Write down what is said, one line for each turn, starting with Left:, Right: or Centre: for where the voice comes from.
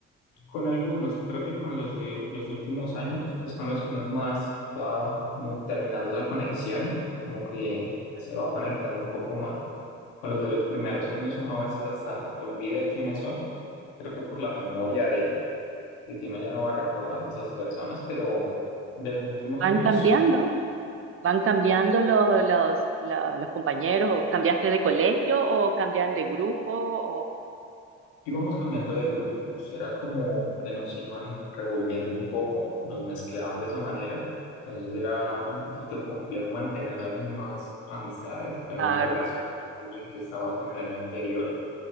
Left: Con algunos, creo que con los de los últimos años es con los que uno más va como terminando esa conexión, como que
Right: Mm.
Left: se va conectando un poco más. Con los de los primeros años uno a veces hasta olvida quiénes son, creo que por la memoria de, de que uno ya no va recordando a esas personas, pero de los últimos
Right: Van
Left: años
Right: cambiando,
Left: sí.
Right: van cambiando los, los, la- los compañeros, o cambiaste de colegio o cambian de grupo, o
Left: Íbamos cambiando de grupos, era como que nos iban revolviendo un poco, nos mezclaban de esa manera, entonces era un poquito complejo mantener las mismas amistades, la misma
Right: claro,
Left: relación con alguien que estabas en el año anterior,